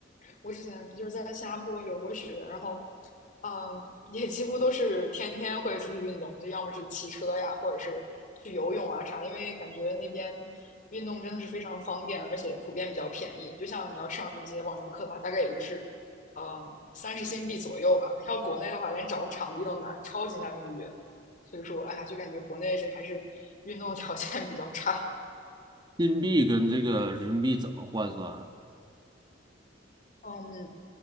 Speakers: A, on the left; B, on the right.
A: 我之前就是在新加坡留过学，然后，嗯，也几乎都是天天会出去运动，就要么是骑车呀，或者是去游泳啊啥，因为感觉那边运动真的是非常方便，而且普遍比较便宜。就像你要上一节网球课的话，大概也就是，嗯，三十新币左右吧。要国内的话，连找个场地都难，超级难预约。所以说，哎呀，就感觉国内这还是运动的条件比较差。
B: 硬币跟这个人民币怎么换算啊？
A: 嗯，